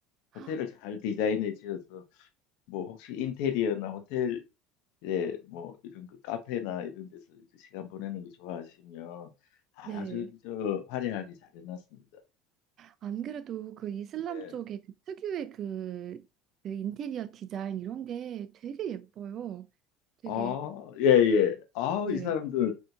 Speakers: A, on the left; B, on the right.
A: 호텔을
B: 헉,
A: 잘 디자인해 지어서 뭐 혹시 인테리어나 호텔에 뭐 이런 그 카페나 이런 데서 이제 시간 보내는 거 좋아하시면 아주
B: 네.
A: 저 화려하게 잘 해놨습니다.
B: 안 그래도 그 이슬람
A: 네.
B: 쪽에 그 특유의 그, 그 인테리어 디자인 이런 게 되게 예뻐요. 되게,
A: 아, 예, 예. 아우,
B: 네.
A: 이 사람들